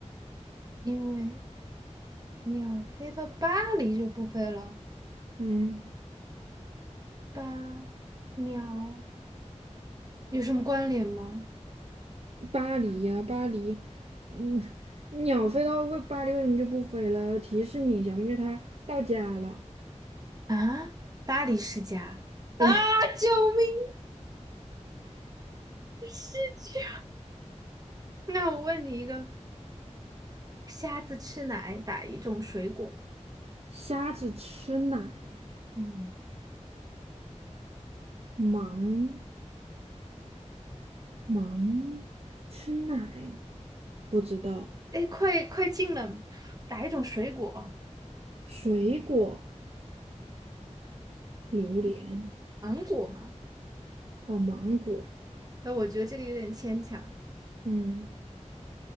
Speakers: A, on the right (about 30°); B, on the right (about 55°).
A: 因为鸟飞到巴黎就不飞了，
B: 嗯。
A: 巴鸟有什么关联吗？
B: 巴黎呀、巴黎，嗯，鸟飞到为巴黎为什么就不飞了？提示你一下，因为它到家了。
A: 啊，巴黎世家啊！
B: 对，
A: 救命，世家！<laughs> 那我问你一个，瞎子吃奶打一种水果？
B: 瞎子吃奶，
A: 嗯，
B: 忙忙吃奶，不知道。
A: 哎，快快进了，打一种水果？
B: 水果，榴莲，
A: 芒果嘛？
B: 哦，芒果。
A: 那我觉得这个有点牵强。
B: 嗯，